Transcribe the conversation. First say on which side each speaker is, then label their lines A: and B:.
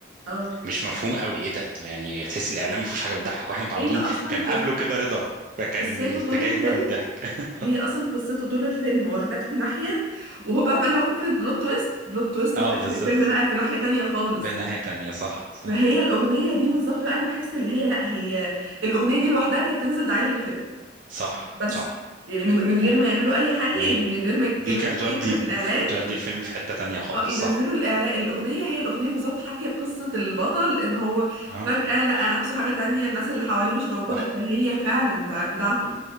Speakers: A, on the right; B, on the right.
A: اه
B: مش مفهوم قوي ايه ده يعني تحس الاعلان ما فيهوش حاجه بتضحك واحنا متعودين
A: هي اصلا
B: كان قبله
A: قص-
B: كده رضا فكان
A: قصته
B: انت
A: طول
B: جاي
A: الفيلم
B: بقى من ضحك <laughs>
A: هي اصلا قصته طول الفيلم واخداك في ناحيه وهو بقى بقى اللي هو فكره بلوت تويست بلوت تويست
B: اه
A: في اخر
B: بالظبط
A: الفيلم نقل في ناحيه تانية خالص
B: بقى ناحيه تانية صح صح
A: فهي الاغنيه دي بالظبط بقى انا بحس اللي هي لا هي الاغنيه دي لوحدها كانت تنزل دعايه للفيلم
B: صح
A: بس
B: صح
A: يعني من من غير
B: صح
A: ما يعملوا اي حاجه
B: ايه
A: يعني من غير ما يتكلموا
B: دي كانت تودي
A: في اي حاجه في الاعلان
B: تودي الفيلم في حته تانية خالص
A: اه ينزلوا
B: صح
A: الاعلان الاغنيه هي الاغنيه بالظبط حكي قصه البطل ان هو
B: اه
A: فجاه لقى نفسه حاجه تانية الناس اللي حواليه مش موجوده
B: صح
A: فهي فعلا بتاع... بتاعته